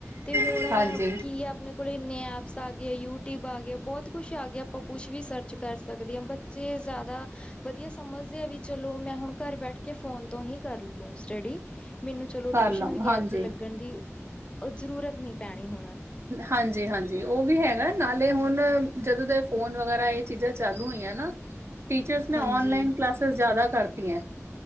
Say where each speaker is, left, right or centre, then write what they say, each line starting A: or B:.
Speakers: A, on the left; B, on the right.
A: ਤੇ ਹੁਣ
B: ਹਾਂਜੀ ਹਾਂਜੀ
A: ਕੀ ਆ ਆਪਣੇ ਕੋਲ ਇੰਨੇ ਐਪਸ ਆ ਗਏ, ਯੂਟਿਊਬ ਆ ਗਏ, ਬਹੁਤ ਕੁਛ ਆ ਗਿਆ, ਆਪਾਂ ਕੁਛ ਵੀ ਸਰਚ ਕਰ ਸਕਦੇ ਹਾਂ। ਬ ਜੇ ਜ਼ਿਆਦਾ ਵਧੀਆ ਸਮਝਦੇ ਆ, ਵੀ ਚਲੋ ਮੈਂ ਹੁਣ ਘਰ ਬੈਠ ਕੇ ਫੋਨ ਤੋਂ ਹੀ ਕਰ ਲ ਸਟਡੀ। ਮੈਨੂੰ ਚਲੋ
B: ਕਰ
A: ਟਿਊਸ਼ਨ
B: ਲਵਾਂ
A: ਵਗੈਰਾ
B: ਹਾਂਜੀ।
A: ਤੇ ਲੱਗਣ ਦੀ, ਉਹ ਜ਼ਰੂਰਤ ਨਹੀਂ ਪੈਣੀ ਹੁਣ।
B: ਹਾਂਜੀ ਹਾਂਜੀ ਉਹ ਵੀ ਹੈਗਾ, ਨਾਲੇ ਹੁਣ ਜਦੋਂ ਦੇ ਫੋਨ ਵਗੈਰਾ, ਇਹ ਚੀਜ਼ਾਂ ਚਾਲੂ ਹੋਈਆਂ ਨਾ ਟੀਚਰਸ ਨੇ,
A: ਹਾਂਜੀ
B: ਔਨਲਾਈਨ ਕਲਾਸਿਸ ਜ਼ਿਆਦਾ ਕਰਤੀਆ।